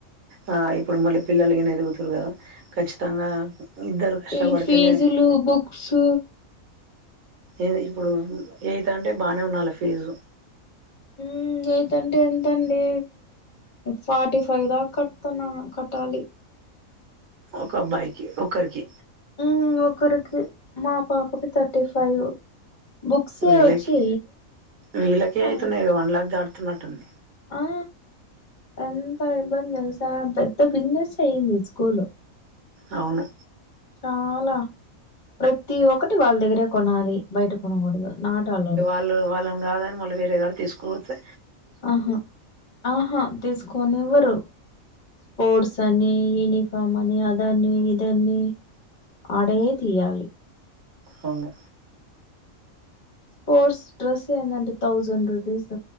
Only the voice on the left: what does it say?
ఇ ఫీజులు బుక్స్
ఉమ్ ఎయిత్ అంటే ఎంతండి ఫార్టీ ఫైవ్ దాకట్న్ కట్టాలి
ఉమ్ ఒకరికి మా పాపకి థర్టీ ఫైవ్ బుక్సే
వచ్చి
ఆ
ఆ ఎంత ఇబ్బంది తెల్సా పెద్ద బిజినెస్ అయ్యింది స్కూల్
చాలా ప్రతి ఒక్కటి వాళ్ళ దగ్గరే కొనాలి బయట కొనకూడదు నాట్ అలౌడ్
అహ ఆహా తీసుకోనివ్వరు స్పోర్ట్స్ అని యినిఫ ఫమ్ని అదని ఇదని అడే తీయాలి
స్పోర్ట్స్ డ్రెసయిదండి థౌజండ్ రూపీస్